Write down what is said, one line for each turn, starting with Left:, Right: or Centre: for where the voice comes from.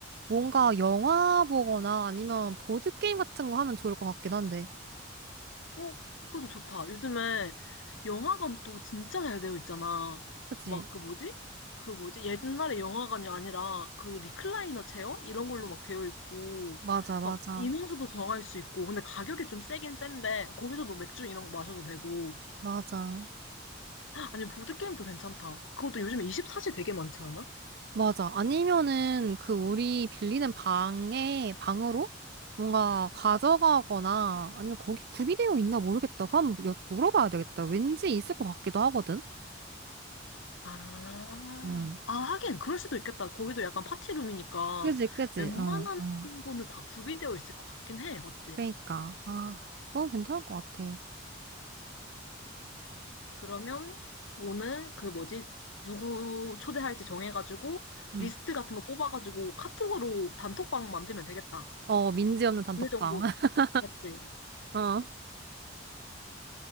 Right: 뭔가 영화 보거나 아니면 보드게임 같은 거 하면 좋을 것 같긴 한데.
Left: 어, 그것도 좋다. 요즘에 영화관 또 진짜 잘 되어 있잖아.
Right: 그치?
Left: 막 그 뭐지? 그 뭐지? 옛날에 영화관이 아니라 그 리클라이너 체어? 이런 걸로 막 되어 있고,
Right: 맞아, 맞아.
Left: 막 인원수도 정할 수 있고, 근데 가격이 좀 세긴 센데, 거기서도 맥주 이런 거 마셔도 되고.
Right: 맞아.
Left: 아니, 보드게임도 괜찮다. 그것도 요즘에 24시 되게 많지 않아?
Right: 맞아. 아니면은 그 우리 빌리는 방에, 방으로 뭔가 가져가거나 아니면 거기 구비되어 있나 모르겠다. 그럼 여- 물어봐야 되겠다. 왠지 있을 것 같기도 하거든.
Left: 아,
Right: 응.
Left: 아, 하긴, 그럴 수도 있겠다. 거기도 약간 파티룸이니까
Right: 그지, 그지.
Left: 웬만한
Right: 응, 응.
Left: 거는 다 구비되어 있을 것 같긴 해. 맞지?
Right: 그러니까. 아, 그건 괜찮을 것 같아.
Left: 그러면 오늘 그 뭐지? 누구 초대할지 정해가지고
Right: 응.
Left: 리스트 같은 거 뽑아가지고 카톡으로 단톡방 만들면 되겠다.
Right: 어, 민지 없는 단톡방.
Left: 어느 정도
Right: <laughs>
Left: 맞지?
Right: 어.